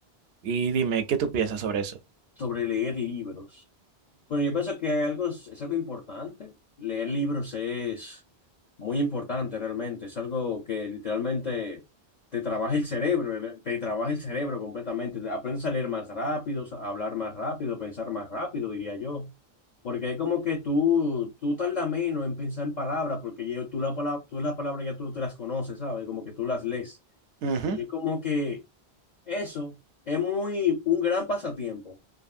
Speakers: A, on the right; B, on the left.
A: Y dime, ¿qué tú piensas sobre eso?
B: sobre leer libros. Bueno, yo pienso que algo es, es algo importante. Leer libros es muy importante realmente. Es algo que literalmente te trabaja el cerebro, ¿verdad? te trabaja el cerebro completamente. Aprendes a leer más rápido, a hablar más rápido, pensar más rápido, diría yo. Porque es como que tú, tú tardas menos en pensar en palabras, porque yo- tú la palabra, tú las palabras ya tú te las conoces, ¿sabes? Como que tú las lees.
A: Ujú, ujú.
B: Y es como que eso es muy un gran pasatiempo.